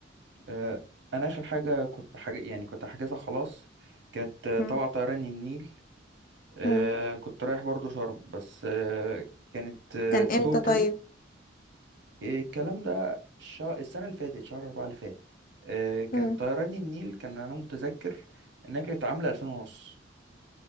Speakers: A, on the right; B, on the left.
A: آه، انا اخر حاجه كنت حاجه يعني كنت حاجزها خلاص كانت آه،
B: مم.
A: تبع طيران النيل آه،
B: مم.
A: كنت رايح برضو شرم بس آه، كانت آه،
B: كان امتى
A: توتال
B: طيب
A: آه، الكلام ده الشا... السنه اللي فاتت شهر أربعة اللي فات آه، كانت
B: مم.
A: طيران النيل كان انا متذكر انها كانت عامله 2000 ونص